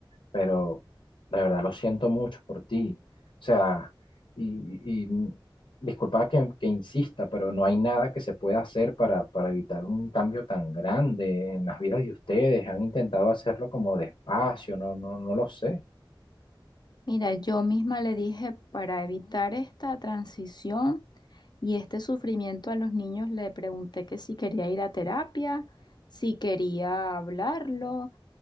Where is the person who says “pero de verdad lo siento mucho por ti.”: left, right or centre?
Left